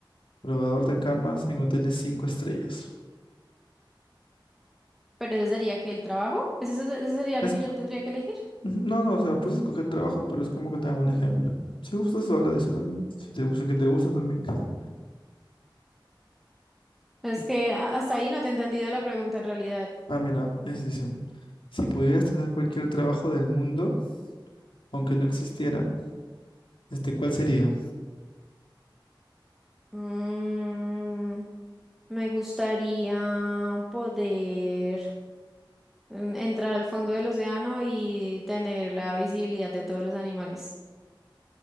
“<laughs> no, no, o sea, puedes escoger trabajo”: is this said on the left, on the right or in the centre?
Left